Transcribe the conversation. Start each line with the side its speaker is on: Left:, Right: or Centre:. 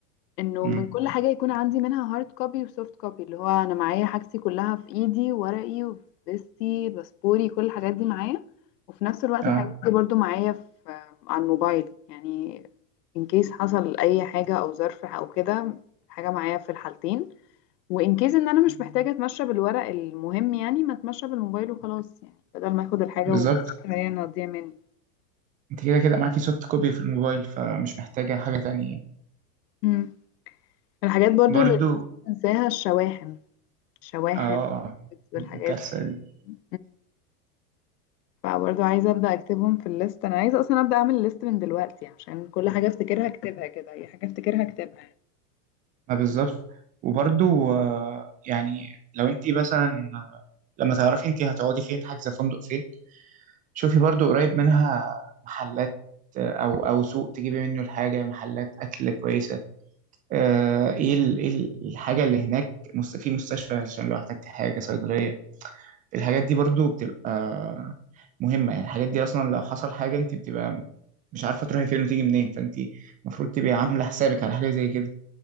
Left: انه
Right: امم
Left: من كل حاجة يكون عندي منها هارد كوبي وسوفت كوبي اللي هو انا معايا حاجتي كلها في ايدي ورقي وفيستي باسبوري كل الحاجات دي معايا وفي نفس الوقت
Right: اه
Left: الحاجات دي برضو معايا في آه، على الموبايل يعني ان كيس حصل اي حاجة او ظرف او كده الحاجة معايا في الحالتين وان كيس ان انا مش محتاجة اتمشى بالورق المهم يعني ما اتمشى بالموبايل وخلاص يعني بدل ما اخد الحاجة
Right: بالظبط
Left: وهي إنها تضيع مني
Right: انت كده كده معاكي سوفت كوبي في الموبايل فمش محتاجة حاجة تانية يعني
Left: مم. الحاجات برضو
Right: برضو
Left: اللي الناس بتنساها الشواحن الشواحن
Right: اه
Left: والحاجات
Right: الكارثة دي
Left: دي. فبرضه عايزة أبدأ أكتبهم في الليست أنا عايزة أصلا أبدأ أعمل ليست من دلوقتي عشان كل حاجة أفتكرها أكتبها كده أي حاجة أفتكرها أكتبها
Right: ما بالظبط وبرضو آه، يعني لو انت مثلا لما تعرفي انت هتقعدي فين حاجزة فندق فين شوفي برضو قريب منها محلات آه، او او سوق تجيبي منه الحاجة محلات اكل كويسة آه، ايه ال- ايه ال- الحاجة اللي هناك مست- في مستشفى عشان لو احتجتي حاجة صيدلية الحاجات دي برضو بتبقى مهمة يعني الحاجات دي اصلا لو حصل حاجة انت بتبقى مش عارفة تروحي فين وتيجي منين فانت المفروض تبقي عاملة حسابك على حاجة زي كده